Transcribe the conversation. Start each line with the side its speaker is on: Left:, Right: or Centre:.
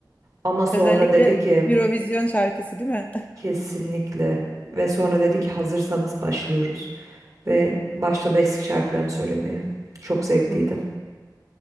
Right: Ama sonra
Left: Özellikle
Right: dedi ki
Left: Eurovision şarkısı değil mi? <laughs>
Right: kesinlikle ve sonra dedi ki hazırsanız başlıyoruz. ve başladı eski şarkılarını söylemeye. Çok zevkliydi.
Left: Hmm.